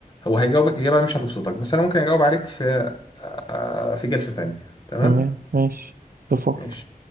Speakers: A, on the left; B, on the right.
A: هو هيجاوبك اجابه مش هتبسطك بس انا ممكن اجاوب عليك في آه، في جلسه تانيه تمام
B: تمام ماشي اتفقت
A: ماشي